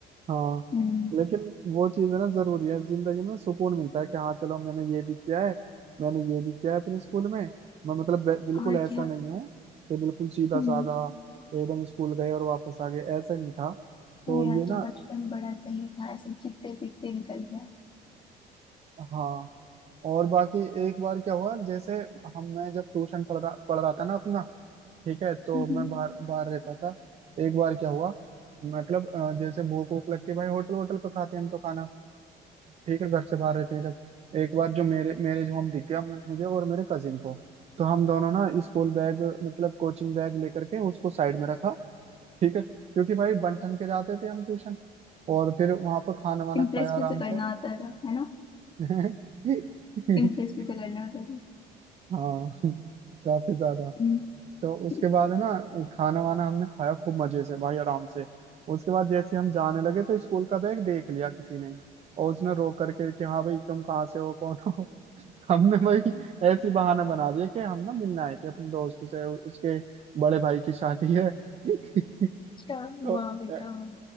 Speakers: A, on the right; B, on the left.
A: हाँ
B: हम्म
A: लेकिन वो चीज है ना जरूरी है जिंदगी में सुकून मिलता है कि हाँ चलो मैंने ये भी किया है मैंने ये भी किया है अपने स्कूल में मैं मतलब बे- बिल्कुल
B: और
A: ऐसा
B: क्या
A: नहीं हूँ कि बिल्कुल सीधा
B: हम्म
A: साधा एकदम स्कूल गए और वापस आ गए ऐसा नहीं था तो
B: मेरा
A: ये ना
B: तो बचपन बड़ा सही था ऐसे चिपते पिटते निकल गया
A: हाँ और बाकी एक बार क्या हुआ जैसे हम मैं जब ट्यूशन पढ़ रहा पढ़ रहा था ना अपना ठीक है तो
B: हम्म
A: मैं बाहर बाहर रहता था एक बार क्या हुआ मतलब अ, जैसे भूख वूख लगती है भाई होटल होटल पे खाते हैं हम तो खाना ठीक है घर से बाहर रहते हैं जब एक बार जो मेरे मैरिज होम दिख गया मु- मुझे और मेरे कजिन को तो हम दोनों ना स्कूल बैग मतलब कोचिंग बैग लेकर के उसको साइड में रखा ठीक है क्योंकि भाई बन ठन के जाते थे हम ट्यूशन और फिर वहां पर खाना वाना
B: इम्प्रेस
A: खाया आराम
B: भी तो
A: से
B: करना आता था है ना
A: <laughs>
B: इम्प्रेस भी तो करना आता था
A: हाँ काफी ज्यादा
B: हम्म,
A: तो उसके
B: अच्छा
A: बाद है ना खाना वाना हमने खाया खूब मजे से भाई आराम से उसके बाद जैसे हम जाने लगे तो स्कूल का बैग देख लिया किसी ने और उसने रो करके कि हाँ भाई तुम कहाँ से हो कौन हो <laughs> हमने भाई ऐसी बहाना बना दिया कि हम ना मिलने आए थे अपने दोस्त से उ- उसके बड़े भाई की शादी है <laughs>
B: अच्छा
A: तो
B: वाह बेटा
A: ऐ-
B: वाह